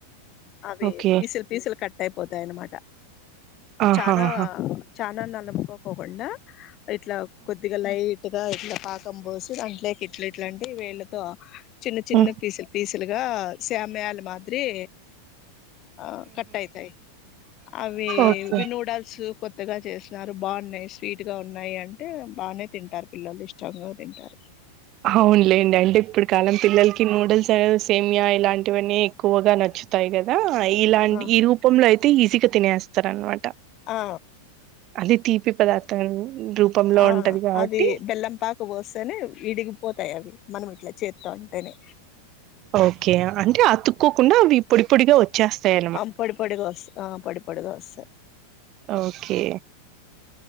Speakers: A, on the left (about 35°); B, on the right (about 35°).
A: అవి
B: ఓకే
A: పీసులు పీసులు కట్ అయిపోతాయనమాట
B: ఆహాహా
A: చానా చానా నలుపుకోకోకుండా ఇట్లా కొద్దిగా లైట్ గా ఇట్లా పాకం పోసి దాంట్లోకి ఇట్ల ఇట్లాంటే వేళ్ళతో చిన్న
B: ఉహు
A: చిన్న పీసులు పీసులుగా స్యామియాలు మాదిరి ఆ కట్ ఐతాయ్ అవి
B: ఓకే
A: వి నూడల్స్ కొ త్తగా చేసినారు బాగున్నాయి స్వీట్ గా ఉన్నాయి అంటే బానే తింటారు పిల్లలు ఇష్టంగా తింటారు
B: అవునులేండి అంటే ఇప్పుడు కాలం పిల్లలకి నూడుల్స్ ఆ సేమియా ఇలాంటివన్నీ ఎక్కువగా నచ్చుత్ తాయి కదా ఇలాంటి
A: ఆ
B: ఈ రూపంలో అయితే ఈజీగా తినేస్తారనమాట
A: ఆ
B: అది తీపి పదార్థం రూపంలో
A: ఆ
B: ఉంటది కాబట్టి
A: అది బెల్లం పాక పోస్తేనే ఇడిగిపోతాయి అవి మనం ఇట్లా చేత్తో అంటేనే
B: ఓకే అంటే అతుక్కోకుండా అవి పొడి పొడిగా ఓచ్ చేస్తాయి
A: ఆమ్ పొడి పొడిగా వస్తా ఆ పొడి పొడిగా వస్తాయి
B: ఓకే